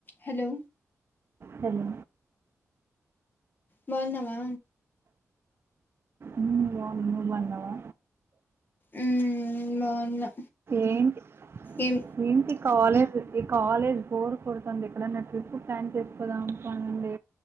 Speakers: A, on the left (about 35°); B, on the right (about 45°).
A: హలో
B: హలో
A: బావున్నావా
B: ఉమ్ బావున్నా నువ్వు బాన్నావా
A: మ్మ్ బాగున్నా
B: ఏంటి
A: ఏం
B: ఎంట్ ఈ కాలేజ్ ఈ కాలేజ్ బోర్ కొడుతుంది ఎక్కడైనా ట్రిప్ ప్లాన్ చేసి పోదాం పాండి